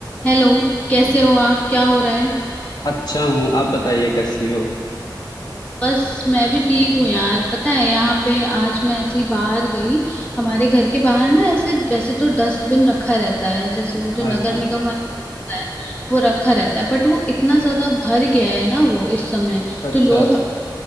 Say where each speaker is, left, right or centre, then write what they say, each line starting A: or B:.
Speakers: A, on the left; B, on the left.
A: Hello कैसे हो आप क्या हो रहा है
B: अच्छा हूँ आप बताइए कैसी हो
A: बस मैं भी ठीक हूँ यार पता है यहाँ पे आज मैं ऐसे ही बाहर गई हमारे घर के बाहर ना ऐसे वैसे तो डस्टबिन रखा रहता है जैसे वो
B: हाँ
A: जो नगर
B: हाँ
A: निगम वाला होता है वो रखा रहता है बट वो इतना ज्यादा भर गया है ना वो इस समय
B: अच्छा अच्छा
A: तो लोग